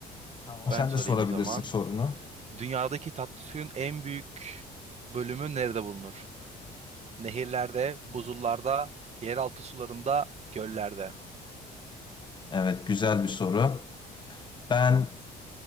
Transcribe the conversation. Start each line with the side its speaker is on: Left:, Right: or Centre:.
Left: Tamam.
Right: Ben
Left: Sen
Right: sorayım
Left: de sorabilirsin
Right: o zaman.
Left: sorunu.
Right: Dünyadaki tatlı suyun en büyük bölümü nerede bulunur? Nehirlerde, buzullarda, yeraltı sularında, göllerde.
Left: Evet, güzel bir soru. Ben